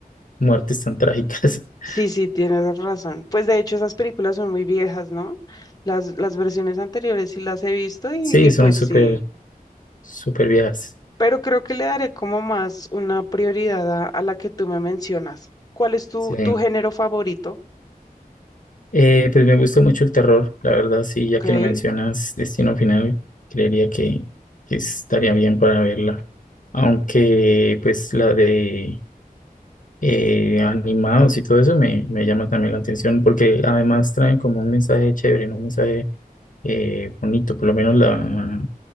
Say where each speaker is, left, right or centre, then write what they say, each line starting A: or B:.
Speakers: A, on the left; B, on the left.
A: muertes tan trágicas. <laughs>
B: sí, sí, tienes razón. Pues de hecho, esas películas son muy viejas, ¿no? Las, las versiones anteriores sí las he visto y,
A: Sí,
B: y
A: son
B: pues
A: súper
B: sí.
A: Súper viejas.
B: Pero creo que le daré como más una prioridad a, a la que tú me mencionas. ¿Cuál es tu,
A: Sí.
B: tu género favorito?
A: Eh, pues me gusta mucho el terror, la verdad, sí,
B: Ok.
A: ya que lo mencionas, Destino Final, creería que, que estaría bien para verla. Aunque, pues, la de eh, animados y todo eso me, me llama también la atención, porque además traen como un mensaje chévere, ¿no? Un mensaje eh, bonito, por lo menos la,